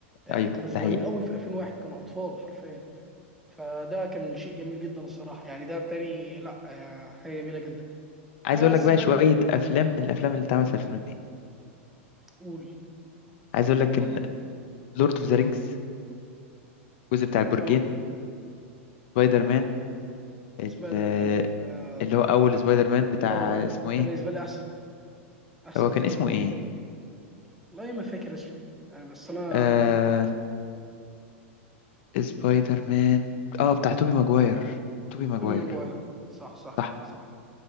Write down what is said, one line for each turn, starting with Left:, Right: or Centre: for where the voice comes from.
Centre: آه
Left: أيوه
Centre: كانوا صغيرين
Left: ده حقيقي
Centre: قوي في 2001 كانوا اطفال حرفيا فده كان شيء جميل جدا الصراحه يعني ده بتاري لا آه حاجه جميله جدا
Left: عايز
Centre: بس
Left: اقول لك بقى
Centre: بعد
Left: شويه افلام من الافلام اللي اتعملت في 2002
Centre: تقول
Left: عايز اقول لك ان لورد اوف ذا رينجز الجزء بتاع البرجين
Centre: اه
Left: سبايدر مان
Centre: سبايدر
Left: ال-
Centre: مان آه
Left: اللي هو
Centre: ده
Left: اول سبايدر مان بتاع
Centre: اه
Left: اسمه ايه
Centre: ده بالنسبه لي احسن احسن
Left: هو كان
Centre: سبايدر
Left: اسمه
Centre: مان
Left: ايه
Centre: فيهم والله ما فاكر اسمه يعني بس انا
Left: آه سبايدر مان اه بتاع توبي ماجواير توبي ماجواير
Centre: توبي ماجواير صح صح
Left: صح
Centre: صح